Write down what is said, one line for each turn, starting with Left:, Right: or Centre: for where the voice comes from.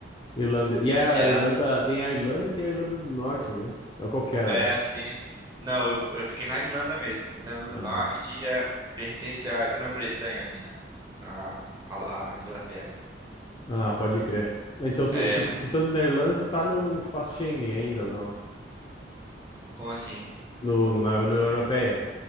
Left: irlandês. E a
Right: É,
Left: Irlanda, tem a Irlanda e tem a Irlanda do Norte, né? Ou Qual que era?
Right: é Pô, sim. Não, eu, eu fiquei na Irlanda mesmo. Irlanda do
Left: Ah,
Right: Norte já pertence à Grã-Bretanha ali, né? A, a, a Inglaterra.
Left: ah, pode crer. Então, tu,
Right: É,
Left: tipo, tu tá na Irlanda, tu tá no, no espaço Schengen ainda, ou não?
Right: Como assim?
Left: No,
Right: O-
Left: na União Europeia?